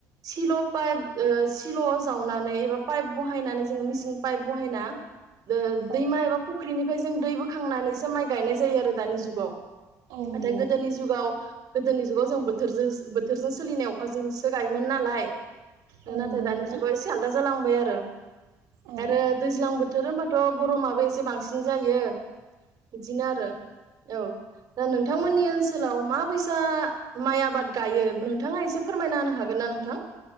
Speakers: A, on the right; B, on the right.
A: सिल' पाइप ओ सिल' जावनानै एबा पाइप बहायनानै जोङो मिसिं पाइप बहायना दो दैमा
B: औ
A: एबा फुख्रिनि ओमफ्राय जों दै बोखांनानैसो माइ गायनाय जायो आरो दानि जुगाव। नाथाय
B: औ नंगौ
A: गोदोनि जुगाव गोदोनि जुगाव जों बोथोरजोंस बोथोरजों सोलिनाय अखाजोंसो गायोमोन नालाय
B: औ
A: नाथाय
B: नंगौ
A: दानि
B: नोंथां
A: जुगाव एसे आलदा जालांबाय आ ओ
B: औ
A: आरो दैज्लां बोथ थोर होनबाथ' गरमाबो एसे बांस <unintelligible> जायो इदिनो आरो औ दा नोंथांमोननि
B: औ
A: ओनसोलाव मा बायस सा माइ आबाद गायो नोंथाङा एसे फोरमायना होनो हागोन ना नोंथां?